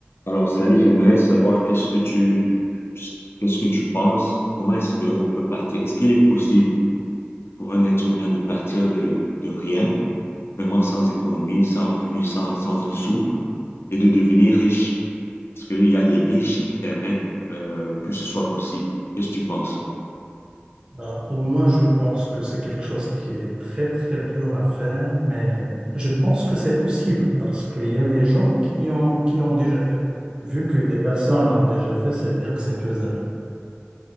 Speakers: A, on the left; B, on the right.
A: Alors, Sally, j'aimerais savoir qu'est-ce que tu, qu'est-ce que tu penses? Comment est-ce qu'on peut partir? Est-ce qu'il est possible pour un être humain de partir de, de rien, vraiment sans économie, sans revenu, sans, sans un sou, et de devenir riche? Est-ce qu'il y a des niches qui permettent euh, que ce soit possible? Qu'est-ce que tu penses?
B: Ben, pour moi, je pense que c'est quelque chose qui est très, très dur à faire, mais je pense que c'est possible parce qu'il y a des gens qui ont, qui l'ont déjà fait. Vu que des personnes l'ont déjà fait, ça veut dire que c'est faisable.